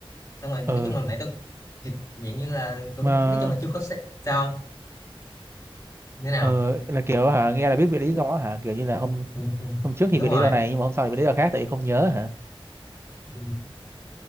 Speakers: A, on the left; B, on the right.
A: xong rồi nói
B: ờ,
A: chung là mẹ tôi thì dạng như là cũng
B: mà
A: nói chung là chưa có se- sao như thế nào
B: ờ là kiểu hả nghe là biết về lý do hả kiểu như là hôm
A: ừ, ừ.
B: hôm trước thì
A: đúng
B: về
A: rồi
B: lý do này nhưng mà hôm sau thì về lý do khác tại vì không nhớ hả
A: ừ.